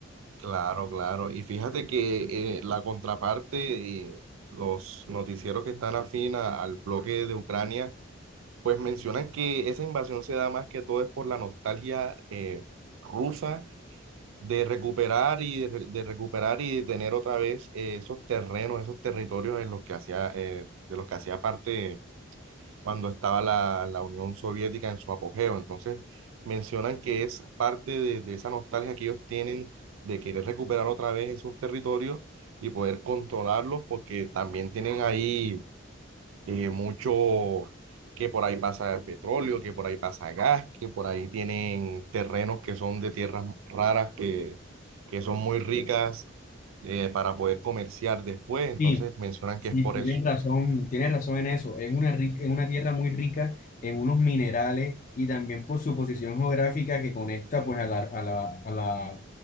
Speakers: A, on the right; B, on the left.
A: claro, claro. Y fíjate que eh, la contraparte, eh, los noticieros que están afín a- al bloque de Ucrania, Pues mencionan que esa invasión se da más que todo es por la nostalgia eh, rusa de recuperar y de, re- de recuperar y de tener otra vez eh, esos terrenos, esos territorios en los que hacía eh, de los que hacía parte cuando estaba la, la Unión Soviética en su apogeo. Entonces mencionan que es parte de, de esa nostalgia que ellos tienen de querer recuperar otra vez esos territorios y poder controlarlos porque también tienen ahí eh, mucho que por ahí pasa el petróleo, que por ahí pasa gas, que por ahí tienen terrenos que son de tierras raras, que, que son muy ricas eh, para poder comerciar después. Entonces
B: Sí,
A: mencionan que
B: Sí,
A: es por
B: tienes
A: eso.
B: razón, tienes razón en eso. Es una rica, es una tierra muy rica en unos minerales y también por su posición geográfica que conecta pues a la, a la, a la,